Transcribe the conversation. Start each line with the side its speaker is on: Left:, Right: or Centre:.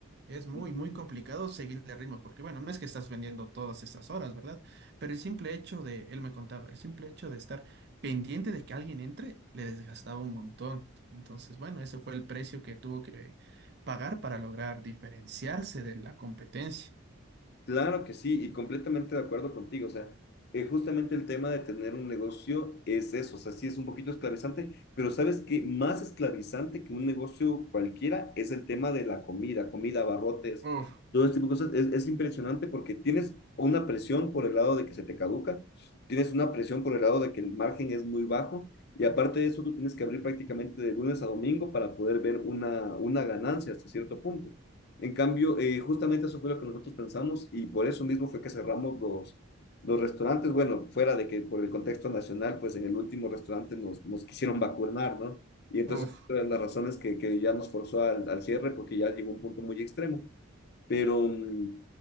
Right: Es muy,
Left: Ujú.
Right: muy complicado seguirle el ritmo, porque bueno, no es que estás vendiendo todas estas horas, ¿verdad? Pero el simple hecho de, él me contaba, el simple hecho de estar pendiente de que alguien entre, le desgastaba un montón. Entonces, bueno, ese fue el precio que tuvo que pagar para lograr diferenciarse de la competencia.
Left: Claro que sí, y completamente de acuerdo contigo. O sea, eh, justamente el tema de tener un negocio es eso. O sea, sí es un poquito esclavizante, pero sabes que más esclavizante que un negocio cualquiera es el tema de la comida, comida, abarrotes,
Right: Uf,
Left: todo este tipo de cosas. Es, es impresionante porque tienes una presión por el lado de que se te caduca, tienes una presión por el lado de que el margen es muy bajo, y aparte de eso, tú tienes que abrir prácticamente de lunes a domingo para poder ver una, una ganancia hasta cierto punto. En cambio, eh, justamente eso fue lo que nosotros pensamos y por eso mismo fue que cerramos los, los restaurantes. Bueno, fuera de que por el contexto nacional, pues en el último restaurante nos, nos quisieron vacunar, ¿no? Y entonces,
Right: uf.
Left: otra de las razones que, que ya nos forzó al, al cierre, porque ya llegó un punto muy extremo. Pero mm,